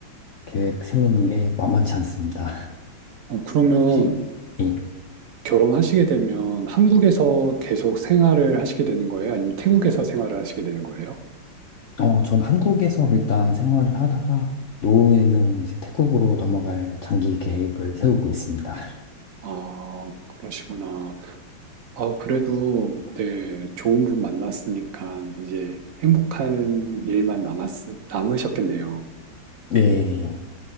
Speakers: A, on the left; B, on the right.
A: 계획 세우는 게 만만치 않습니다. <laughs>
B: 어, 그러면
A: 혹시 예.
B: 결혼하시게 되면 한국에서 계속 생활을 하시게 되는 거예요? 아니면 태국에서 생활을 하시게 되는 거예요?
A: 어, 전 한국에서 일단 생활을 하다가 노후에는 이제 태국으로 넘어갈 장기 계획을 세우고 있습니다. <laughs>
B: 아 그러시구나. 어 그래도, 네, 좋은 분 만났으니까, 이제 행복한 일만 남았, 남으셨겠네요.
A: 네,